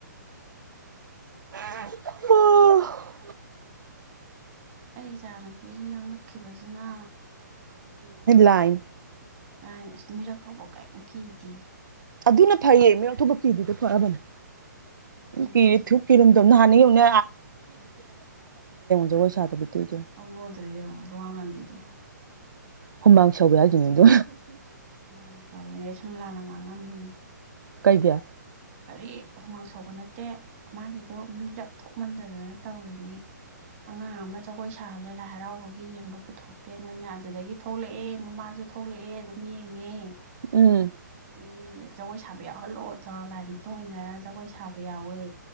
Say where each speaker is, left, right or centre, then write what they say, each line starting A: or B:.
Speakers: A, on the right; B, on the right.
A: ꯑꯣ
B: ꯑꯩ ꯏꯆꯥꯅꯨꯄꯤꯁꯤꯅ ꯉꯛꯈꯤꯕꯁꯤꯅ
A: ꯂꯥꯏ
B: ꯥꯏꯅꯦ ꯑꯁ ꯃꯤꯔꯛ ꯊꯧꯕ ꯀꯔꯤꯝꯨ ꯀꯤꯗ
A: ꯑꯗꯨꯅ ꯐꯩꯌꯦ ꯃꯤꯔꯊꯄ ꯀꯤꯗꯨꯗ ꯐꯔꯕꯅꯤ
B: ꯀꯤꯗꯦ
A: ꯀꯤꯔꯦ ꯊꯨ ꯀꯤꯔꯝꯗꯕ ꯅꯍꯥꯟꯅ ꯌꯧꯅꯦ ꯖꯒꯣꯏ ꯁꯥꯗꯕꯤ ꯇꯣꯛꯏꯗꯣ
B: ꯑꯃꯣꯗ꯭ꯔꯦ ꯌꯦꯡꯉꯣ ꯂꯨꯋꯥꯡ ꯉꯝꯕꯤꯗꯣ
A: ꯍꯨꯃꯥꯡ ꯁꯧꯕ ꯌꯥꯈꯤꯅꯤꯗ
B: ꯃꯅꯪ ꯆꯕꯅꯦ ꯁꯨꯝꯂꯥꯅ ꯉꯥꯡ ꯉꯝꯃꯤ
A: ꯀꯩ ꯀꯌꯥ
B: ꯀꯔꯤ ꯍꯨꯃꯥꯡ ꯁꯧꯕ ꯅꯠꯇꯦ ꯃꯥꯒꯤꯗꯣ ꯃꯤꯗꯞ ꯊꯣꯛꯃꯟꯗꯗꯅ ꯇꯧꯔꯤꯅꯤ ꯑꯉꯥꯡ ꯑꯃ ꯖꯒꯣꯏ ꯁꯥꯍꯜꯂꯦ ꯂꯥꯏ ꯍꯔꯥꯎꯕꯒꯤ ꯌꯦꯡꯕ ꯄꯨꯊꯣꯛꯇꯦ ꯅꯣꯏꯅ ꯑꯗꯨꯗꯒꯤ ꯊꯣꯛꯂꯛꯑꯦ ꯃꯃꯥꯁꯨ ꯊꯣꯛꯂꯛꯑꯦ ꯑꯗꯨꯝ ꯌꯦꯡꯉꯦ
A: ꯎꯝ
B: ꯃꯤ ꯖꯒꯣꯏ ꯁꯥꯕ ꯌꯥꯎꯍꯜꯂꯣ ꯂꯥꯏ ꯃꯇꯨꯡ ꯏꯟꯅꯔ ꯖꯒꯣꯏ ꯁꯥꯕ ꯌꯥꯎꯋꯦ